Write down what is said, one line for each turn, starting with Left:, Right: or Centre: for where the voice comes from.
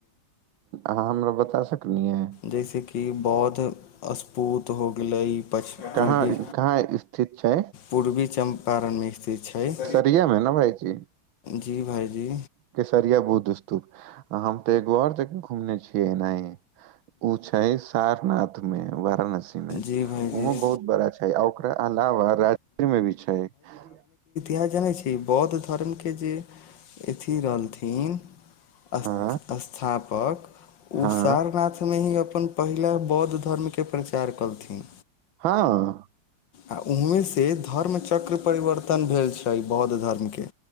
Right: अहाँ बता सकलियै
Left: जैस की बौद्ध अस्पुत हो गेलै पछ पूर्वी
Right: कहाँ कहाँ स्थित छै
Left: पूर्वी चंपारण मे स्थित छै <inaudible>
Right: केसरिया मे ने भाइजी
Left: जी भाइजी
Right: केसरिया बुध स्तूप आ हम तऽ एगो ओर जगह घुमने छी नहि ओ छै सारनाथ मे वारणसी मे
Left: जी भाइजी
Right: ओहो बहुत बड़ा छैक आ ओकरा अलावा राजगीर मे भी छैक
Left: भाइ जनै छी बौद्ध धर्म केँ जे अथी रहलथिन अस
Right: हँ
Left: अस्थापक <inaudible> ऊ
Right: हँ
Left: सारनाथ <inaudible> में ही अपन पहिला बौद्ध धर्मके प्रचार कलथिन
Right: हँ
Left: आ ओहएँसँ धर्म चक्र परिवर्तन भेल छै बौद्ध धर्मके